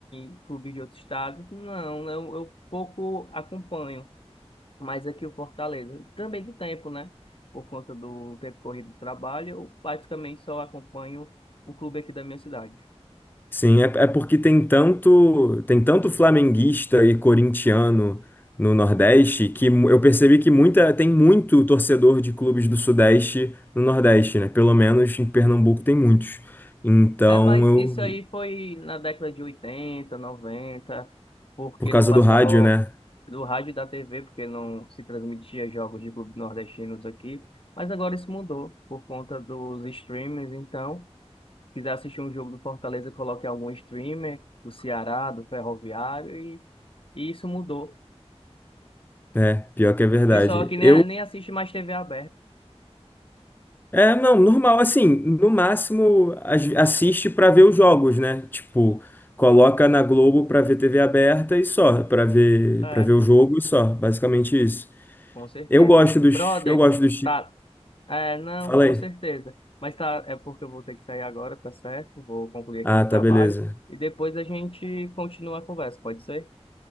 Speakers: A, on the left (about 55°); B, on the left (about 15°).
A: e clubes de outro estado, não, né? eu, eu pouco acompanho. Mas aqui o Fortaleza, também do tempo, né? Por conta do tempo corrido do trabalho, eu praticamente só acompanho o clube aqui da minha cidade.
B: Sim, é, é porque tem tanto, tem tanto flamenguista e corintiano no Nordeste que mu- eu percebi que muita, tem muito torcedor de clubes do Sudeste no Nordeste, né? Pelo menos em Pernambuco tem muitos. Então,
A: É, mas
B: eu,
A: isso aí foi na década de 80, 90, porque
B: por causa
A: não passava
B: do rádio, né?
A: do rádio e da TV, porque não se transmitia jogos de clubes nordestinos aqui. Mas agora isso mudou por conta dos streamers. Então, quiser assistir um jogo do Fortaleza, coloque algum streamer do Ceará, do Ferroviário, e, e isso mudou.
B: É, pior que é verdade.
A: O pessoal aqui nem,
B: Eu,
A: nem assiste mais TV aberta.
B: é, não, normal, assim, no máximo as- assiste pra ver os jogos, né? Tipo, coloca na Globo pra ver TV aberta e só, pra ver,
A: É,
B: para ver o jogo e só, basicamente isso.
A: com certeza.
B: Eu gosto dos.
A: Brother,
B: Eu gosto dos. chi-
A: tá, É, não,
B: Fala
A: com
B: aí.
A: certeza. Mas tá, é porque eu vou ter que sair agora, tá certo? Vou concluir
B: Ah,
A: aqui um trabalho
B: tá, beleza.
A: e depois a gente continua a conversa, pode ser?